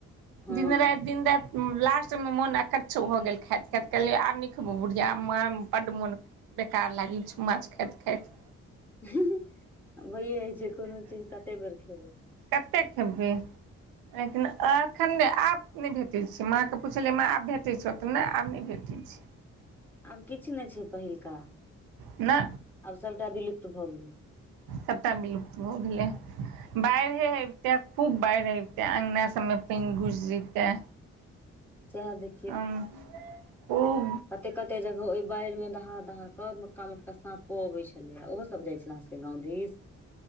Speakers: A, in the centre; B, on the right (about 85°).
A: हँ
B: दिन राति दिन राति लास्टमे मोन अकच्छ भ गेल खाइत खाइत कहलियै आब नहि खेबौ बुढ़िआ आ आम बड मोन बेकार लागै छो माछ खाइत खाइत
A: भइये जइ छै कोनो चीज कते बेर खेबै
B: कतेक खेबै लेकिन एखन आब नै भेटैत छै माँके पुछलियै माँ आब भेटै छै तऽ नहि आब नै भेटै छै
A: आब किछ नै छै पहिलका
B: ना
A: आब सबटा बिलुप्त भ गेलै
B: सबटा बिलुप्त भ गेलै बाइरहे हबतै खूब बाइरहे अबितै अंगना सब मे पइन घुस जेतै
A: सैहै देख
B: अह ओह
A: कते कते जगह ओइ बाढ़ि मे दहा दहा क मोटका मोटका साँपो अबै छलै ओहो सब जाइ छलै आहाँ सबके गांम दिस